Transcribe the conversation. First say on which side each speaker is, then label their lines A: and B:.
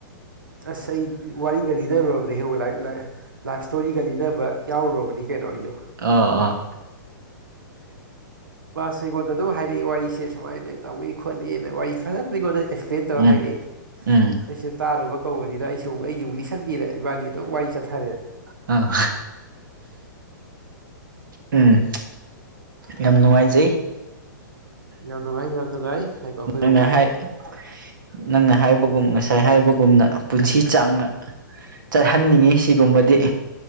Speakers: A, on the right; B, on the right.
A: ꯑꯁ ꯑꯩ ꯋꯥꯔꯤꯒ ꯂꯤꯅꯔꯨꯔꯕꯅꯦ ꯍꯦ ꯂꯥꯏ ꯂꯥꯏꯐ ꯏꯁꯇꯣꯔꯤꯒ ꯂꯤꯅꯕ ꯌꯥꯎꯔꯨꯔꯕꯅꯤ ꯀꯩꯅꯣ ꯑꯩꯁꯨ
B: ꯑ ꯑꯥ
A: ꯃꯁꯦ ꯑꯩꯉꯣꯟꯗ ꯑꯗꯨꯝ ꯍꯥꯏꯔꯛꯏ ꯋꯥꯔꯤꯁꯦ ꯁꯨꯃꯥꯏꯅ ꯇꯧꯏ ꯈꯣꯠꯂꯤꯅ ꯋꯥꯔꯤ ꯐꯖꯅ ꯑꯩꯉꯣꯟꯗ ꯑꯦꯛꯁꯄ꯭ꯂꯦꯟ ꯇꯧꯔ
B: ꯎꯝ
A: ꯍꯥꯏꯔꯛꯑꯦ
B: ꯎꯝ
A: ꯑꯩꯁꯨ ꯇꯥꯔꯨꯕ ꯀꯧꯕꯅꯤꯅ ꯑꯩꯁꯦ ꯆꯧꯛ ꯑꯩ ꯑꯃꯨꯛ ꯂꯤꯁꯤꯟꯕꯤꯔꯦ ꯏꯕꯥꯅꯤ ꯑꯗꯨꯝ ꯋꯥꯔꯤ ꯆꯠꯊꯔꯦ
B: ꯑ ꯎꯝ ꯌꯥꯝ ꯅꯨꯡꯉꯥꯏꯖꯩ
A: ꯌꯥꯝ ꯅꯨꯡꯉꯥꯏ ꯌꯥꯝ ꯅꯨꯡꯉꯥꯏ <unintelligible> ꯑꯩꯈꯣꯏꯕꯨ
B: ꯅꯪꯅ ꯍꯥꯏ ꯅꯪꯅ ꯍꯥꯏꯕꯒꯨꯝ ꯉꯁꯥꯏ ꯍꯥꯏꯕꯒꯨꯝꯅ ꯄꯨꯟꯁꯤ ꯆꯥꯡꯅ ꯆꯠꯍꯟꯅꯤꯡꯉꯤ ꯁꯤꯒꯨꯝꯕꯗꯤ